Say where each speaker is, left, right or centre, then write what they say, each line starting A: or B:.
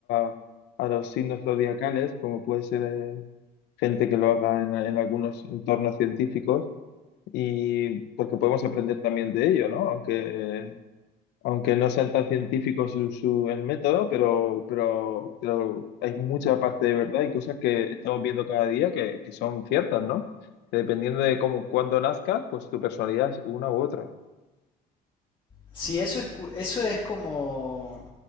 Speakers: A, on the left (about 85°); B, on the left (about 30°).
A: a- a los signos zodiacales, como puede ser eh, gente que lo haga en, en algunos entornos científicos y porque podemos aprender también de ello, ¿no? Aunque, aunque no sean tan científicos su, su- el método, pero, pero, pero hay mucha parte de verdad y cosas que estamos viendo cada día que, que son ciertas, ¿no? Que dependiendo de cómo, cuándo nazcas, pues tu personalidad es una u otra.
B: Sí, eso es, cu- eso es como